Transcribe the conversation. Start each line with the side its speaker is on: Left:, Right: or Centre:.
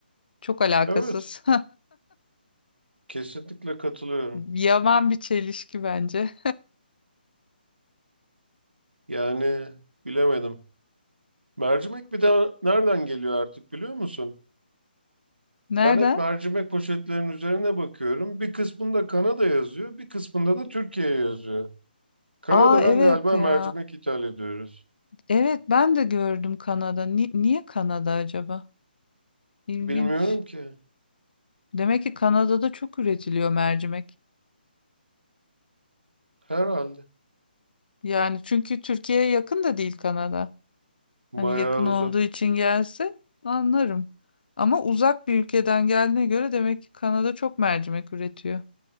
Left: Çok alakasız.
Right: Evet. Kesinlikle katılıyorum.
Left: <laughs> Yaman bir çelişki bence.
Right: Yani bilemedim. Mercimek bir de nereden geliyor artık biliyor musun?
Left: Nereden?
Right: Ben hep mercimek poşetlerinin üzerine bakıyorum. Bir kısmında Kanada yazıyor, bir kısmında da Türkiye yazıyor. Kanada'dan
Left: Aa evet
Right: galiba
Left: ya.
Right: mercimek ithal ediyoruz.
Left: Evet ben de gördüm Kanada. Ni- niye Kanada acaba? İlginç.
Right: Bilmiyorum ki.
Left: Demek ki Kanada'da çok üretiliyor mercimek.
Right: Herhalde.
Left: Yani çünkü Türkiye'ye yakın da değil Kanada.
Right: Bayağı
Left: Hani yakın
Right: uzak.
Left: olduğu için gelse anlarım. Ama uzak bir ülkeden geldiğine göre demek ki Kanada çok mercimek üretiyor.